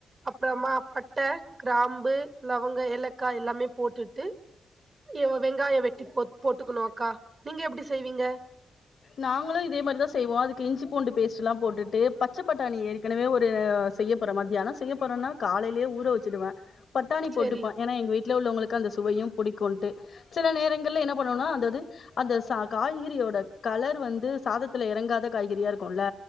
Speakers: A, on the right; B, on the left.
A: அப்புறமா ப பட்ட கிராம்பு லவங்க ஏலக்கா எல்லாமே போட்டுட்டு இவ வெங்காய வெட்டி போ போட்டுக்கணு அக்கா நீங்க எப்டி செய்வீங்க
B: நாங்களு இதே மாதிரிதா செய்வோ அதுக்கு இஞ்சி பூண்டு பேஸ்ட்லா போட்டுட்டு பச்சை பட்டாணி ஏற்கனவே ஒரு செய்யப்போற மதியானா செய்யப் போறேன்னா காலைலயே ஊர வச்சுடுவே பட்டாணி போட்டுப்பா
A: சேரி
B: ஏனா எங்க வீட்ல உள்ளவங்களுக்கு அந்த சுவையு பிடிக்குன்ட்டு சில நேரங்கள்ல என்ன பண்ணுவோன்னா அந்தது அந்த சா காய்கறியோட கலர் வந்து சாதத்துல எறங்காத காய்கறியா இருக்குல்ல